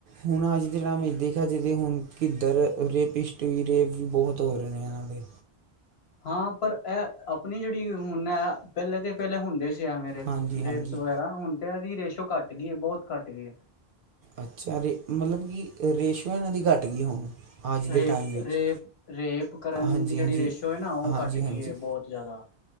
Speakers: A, on the right; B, on the left.
A: ਹੁਨ ਅੱਜ ਦੇ ਟੈਮ ਵਿਚ ਦੇਖਿਆ ਜੇ ਤੇ ਹੁਨ ਕਿੱਧਰ ਰੇਪਿਸਟ ਵੀ ਰੇਪ ਵੀ ਬਹੁਤ ਹੋ ਰੇ ਨੇ ਏਨਾਂ ਦੇ।
B: ਹਾਂ, ਪਰ ਐ ਅਪਨੀ ਜੇੜੀ ਹੁਨ ਐ ਪੈਲੇ ਤੇ ਪੈਲੇ ਹੁੰਦੇ ਸੀ ਐਵੇਂ ਰੇਪ
A: ਹਾਂਜੀ
B: ਰੇਪਸ
A: ਹਾਂਜੀ
B: ਵਗੈਰਾ ਹੁਣ ਤੇ ਏਦੀ ਰੇਸ਼ੋ ਘੱਟ ਗੀ ਐ ਬੌਤ ਘੱਟ ਗੀ ਐ।
A: ਅੱਛਾ ਰੇ ਮਲਬ ਕਿ ਰੇਸ਼ਿਓ ਓਨਾਂ ਦੀ ਘੱਟ ਗੀ ਹੁਣ ਅੱਜ
B: ਰੇਪ
A: ਦੇ ਟਾਈਮ ਵਿੱਚ
B: -ਰੇਪ -ਰੇਪ ਕਰਨ
A: ਹਾਂਜੀ
B: ਦੀ ਜੇੜੀ
A: ਹਾਂਜੀ
B: ਰੇਸ਼ੋ ਐ ਨਾ ਓ
A: ਹਾਂਜੀ
B: ਘੱਟ ਗੀ
A: ਹਾਂਜੀ
B: ਐ ਬੌਤ ਜ਼ਿਆਦਾ।